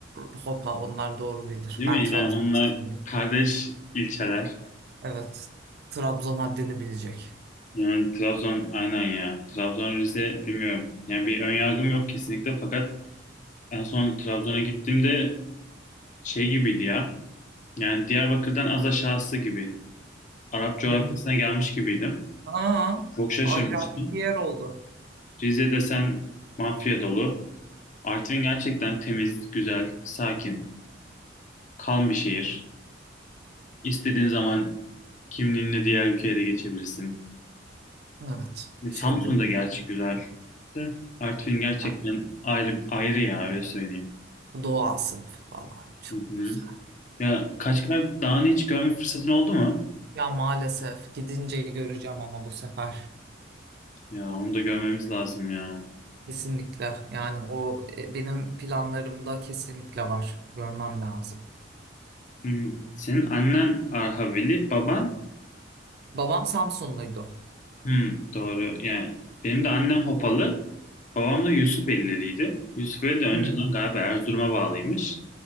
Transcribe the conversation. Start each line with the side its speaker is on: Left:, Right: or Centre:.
Right: Hopa onlar doğru bilir.
Left: değil
Right: Ben
Left: mi?
Right: Trabzon'u
Left: Yani onlar
Right: sevmiyorum.
Left: kardeş ilçeler.
Right: Evet. Trabzon haddini bilecek.
Left: Yani Trabzon aynen ya. Trabzon Rize bilmiyorum. Yani bir ön yargım yok kesinlikle fakat en son Trabzon'a gittiğimde şey gibiydi ya. Yani Diyarbakır'dan az aşağısı gibi. Arap coğrafyasına
Right: Hı.
Left: gelmiş gibiydim.
Right: Aa,
Left: Çok şaşırmıştım.
Right: acayip bir yer oldu.
Left: Rize desen mafya dolu. Artvin gerçekten temiz, güzel, sakin, kalm bir şehir. İstediğin zaman kimliğinle diğer ülkeye de geçebilirsin.
Right: Evet.
Left: E, Samsun
Right: Çevrenin.
Left: da gerçi güzel de Artvin gerçekten
Right: Yani
Left: ayrı ayrı ya öyle söyleyeyim.
Right: doğası falan çok
Left: Hı hı.
Right: güzel.
Left: Ya Kaçkar Dağı'nı hiç görme fırsatın oldu mu?
Right: Ya maalesef gidince göreceğim ama bu sefer.
Left: Ya onu da görmemiz lazım ya.
Right: Kesinlikle. Yani o e, benim planlarımda kesinlikle var. Görmem lazım.
Left: Hmm, Senin annen Arhavili, baban
Right: Babam Samsunluydu.
Left: Hmm, doğru. Yani benim de annem Hopalı, babam da Yusufeliliydi. Yusufeli de önceden
Right: Hı. Hı
Left: galiba Erzurum'a bağlıymış.